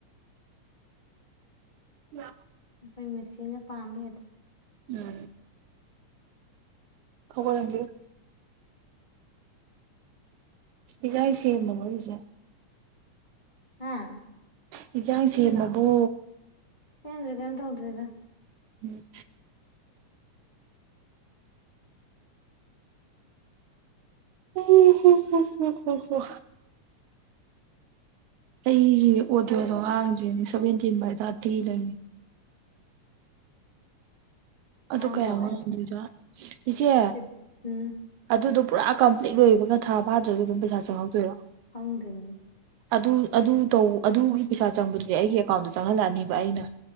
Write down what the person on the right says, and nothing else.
ꯎꯝ
ꯎꯝ ꯍꯒꯗꯪꯗꯤ ꯏꯖꯁꯤꯅꯣꯁꯦ
ꯌꯦꯟꯖꯥꯡ ꯁꯦꯝꯃꯕꯣ
ꯎꯝ ꯎ ꯍ ꯍ ꯍ ꯑꯩꯒꯤ ꯑꯣꯗꯤꯣꯗꯣ ꯍꯥꯡꯗ꯭ꯔꯤꯅꯤ ꯁꯚꯦꯟꯇꯤꯟ ꯕꯥꯏ ꯊꯥꯔꯇꯤ ꯂꯩꯅꯤ ꯑꯗꯨ
ꯀꯌꯥ ꯋꯥꯝꯗꯣꯏꯅ
ꯏꯆꯦ
ꯑꯗꯨꯗꯣ ꯄꯨꯔꯥ ꯀꯝꯄ꯭ꯂꯤꯠꯣꯏꯕꯒ ꯊꯥꯗ꯭ꯔꯒ ꯑꯗꯨꯝ ꯄꯩꯁꯥ ꯆꯪꯍꯧꯗꯣꯏꯔꯣ
ꯑꯗꯨ ꯑꯗꯨ ꯇꯧ ꯑꯗꯨꯒꯤ ꯄꯩꯁꯥ ꯆꯪꯕꯗꯨꯅꯦ ꯑꯩꯒꯤ ꯑꯦꯀꯥꯎꯟꯗ ꯆꯪꯍꯜꯂꯛꯑꯅꯤꯕ ꯑꯩꯅ